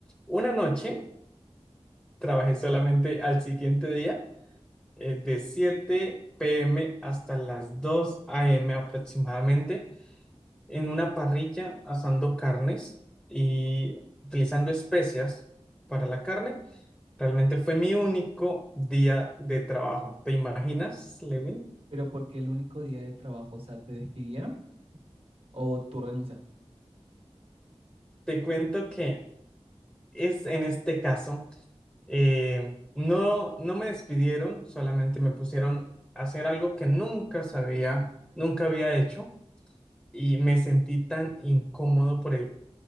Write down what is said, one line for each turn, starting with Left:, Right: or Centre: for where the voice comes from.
Centre: una noche Trabajé solamente al siguiente día, eh, de 7 p.m. hasta las 2 a.m. aproximadamente, en una parrilla asando carnes y utilizando especias para la carne. Realmente fue mi único día de trabajo. ¿Te imaginas, Levin?
Right: Pero porque el único día de trabajo, o sea, ¿te despidieron o tú renunciaste?
Centre: Te cuento que es en este caso, eh, no, no me despidieron, solamente me pusieron a hacer algo que nunca sabía, nunca había hecho y me sentí tan incómodo por el,